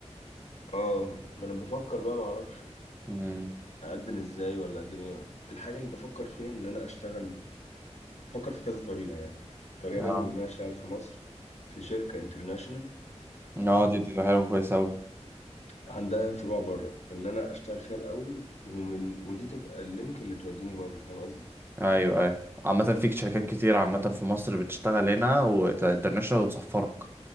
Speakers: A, on the left (about 70°); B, on the right (about 20°).
A: اه ما انا بفكر بقى ما اعرفش
B: امم
A: اقدم ازاي ولا اقدم ايه الحاجه اللي بفكر فيها ان انا اشتغل بفكر في كذا طريقه يعني طريقه
B: اه
A: منهم ان انا اشتغل في مصر في شركه انترناشونال
B: اه دي دي حلوه كويس اوي
A: عندها فروع بره فان انا اشتغل فيها الاول ومن ودي تبقى اللينك اللي توديني بره فاهم قصدي
B: ايوه ايوه عامة فيك شركات كتير عامة في مصر بتشتغل هنا وانترناشونال وتسفرك